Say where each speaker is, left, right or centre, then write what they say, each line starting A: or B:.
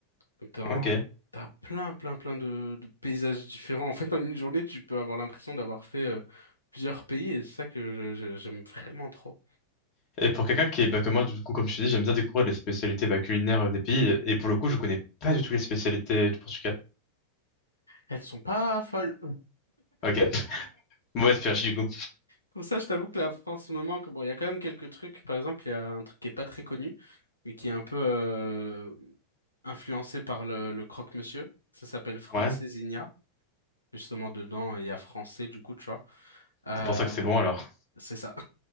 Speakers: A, on the left; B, on the left.
A: Donc t'as un-
B: Ok. Et
A: t'as plein, plein, plein de, de paysages différents. En fait, en une journée, tu peux avoir l'impression d'avoir fait, euh, plusieurs pays, et c'est ça que je- je- j'aime vraiment trop.
B: pour quelqu'un qui est, bah, comme moi, du coup, comme je te dis, j'aime bien découvrir les spécialités bah, culinaires euh, des pays. Et pour le coup, je connais pas du tout les spécialités du Portugal.
A: Elles sont pas folles.
B: Ok, mauvaise pioche du coup.
A: Pour ça, je t'avoue que la France me manque. Bon, il y a quand même quelques trucs. Par exemple, il y a un truc qui est pas très connu, mais qui est un peu euh, influencé par le, le croque-monsieur. Ça s'appelle Francesinha.
B: Ouais,
A: Justement, dedans, il y a français, du coup, tu vois. Euh,
B: c'est pour ça que c'est bon alors.
A: c'est ça.